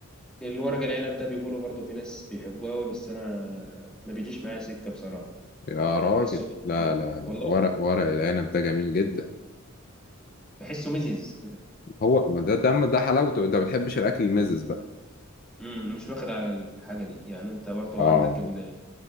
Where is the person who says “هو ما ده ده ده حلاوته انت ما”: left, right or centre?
Left